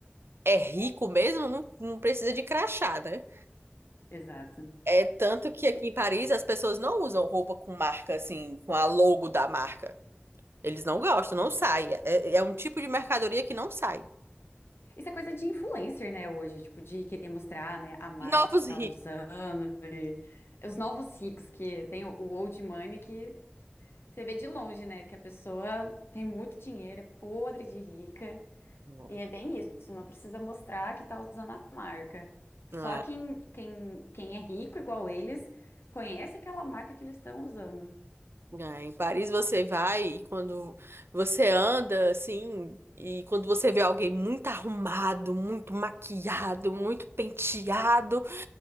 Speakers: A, on the right (about 75°); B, on the left (about 70°).
A: é rico mesmo não, não precisa de crachá, né?
B: Exato,
A: É tanto que aqui em Paris as pessoas não usam roupa com marca, assim, com a logo da marca. Eles não gostam, não sai. É, é um tipo de mercadoria que não sai.
B: Isso é coisa de influencer, né, hoje, tipo, de querer mostrar, né, a marca
A: Novos
B: que tá
A: ricos.
B: usando e os novos ricos, que tem o, o old money que você vê de longe, né, que a pessoa tem muito dinheiro, é podre de rica,
A: Não.
B: e é bem isso, não precisa mostrar que tá usando a marca. Só
A: é.
B: quem, quem, quem é rico igual eles conhece aquela marca que eles estão usando.
A: É, em Paris você vai e quando você anda assim, e quando você vê alguém muito arrumado, muito maquiado, muito penteado,